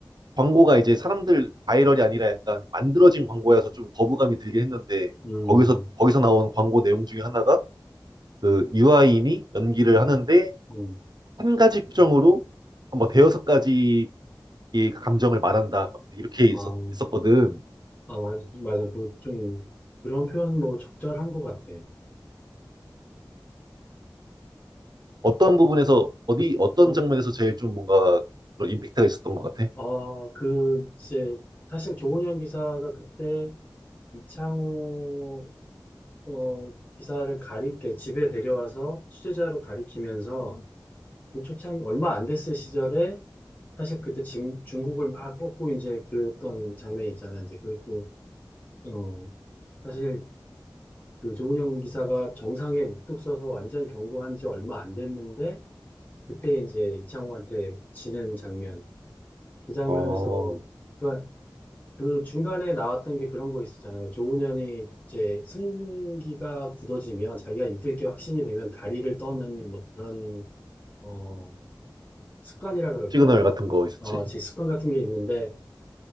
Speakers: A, on the right; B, on the left.
A: 광고가 이제 사람들 바이럴이 아니라 약간 만들어진 광고여서 좀 거부감이 들긴 했는데
B: 음,
A: 거기서 거기서 나온 광고 내용 중에 하나가 그 유아인이 연기를
B: 음,
A: 하는데
B: 음.
A: 한 가지 표정으로 한뭐 대여섯 가지 이 감정을 말한다 막 이렇게
B: 아,
A: 있었, 있었거든.
B: 아, 맞- 맞아. 그, 좀, 그런 표현 뭐 적절한 것 같아.
A: 어떤 부분에서 어디 어떤
B: 어,
A: 장면에서 제일 좀 뭔가 그런 임팩트가 있었던 것 같아?
B: 아, 그, 이제, 사실 조은현 기사가 그때 이창호, 어, 기사를 가리게 집에 데려와서 취재자로 가리키면서 그 초창 얼마 안 됐을 시절에 사실 그때 진, 중국을 막 꺾고 이제 그랬던 장면이 있잖아. 이제 그랬고, 어, 사실 그 조은현 기사가 정상에 묵뚝 서서 완전히 경고한 지 얼마 안 됐는데 그때 이제 이창호한테 지는 장면. 그 장면에서,
A: 어
B: 그러니까 그 중간에 나왔던 게 그런 거 있었잖아요. 조훈현이 이제 승기가 굳어지면 자기가 이길 게 확신이 되면 다리를 떠는 뭐 그런, 어, 습관이라 그럴까?
A: 시그널 같은 거 있었지.
B: 어, 제 습관 같은 게 있는데,